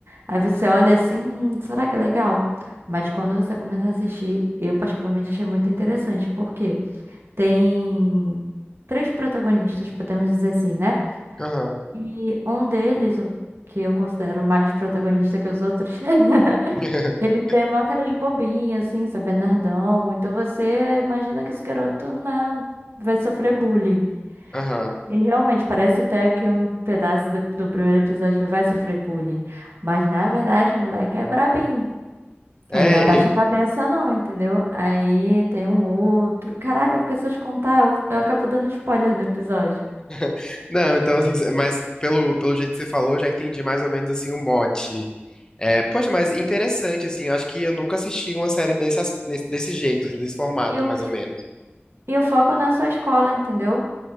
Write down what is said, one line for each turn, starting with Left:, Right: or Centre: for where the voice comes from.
Right: Aí você olha assim, "Hum, será que é legal? Mas quando você começa a assistir, eu particularmente achei muito interessante, porque tem três protagonistas, podemos dizer assim, né?
Left: Aham.
Right: E um deles, o que eu considero mais protagonista que os outros, <laughs>
Left: <laughs>
Right: ele tem uma cara de bobinha, assim, sabe, nerdão. Então você imagina que esse garoto, né, vai sofrer bullying.
Left: Aham.
Right: E realmente parece até que um pedaço do, do primeiro episódio ele vai sofrer bullying. Mas na verdade o moleque é brabinho.
Left: É,
Right: Ele não abaixa
Left: é-
Right: a cabeça, não, entendeu? Aí tem um outro. Caraca, porque se eu te contar, eu, eu acabo dando spoiler no episódio.
Left: <laughs> Não, então assim, mas pelo, pelo jeito que você falou, eu já entendi mais ou menos assim o mote. É, poxa, mas interessante, assim, eu acho que eu nunca assisti uma série nesse, as- nesse- desse jeito, assim, desse formato,
Right: E o,
Left: mais ou menos.
Right: e o foco não é só a escola, entendeu?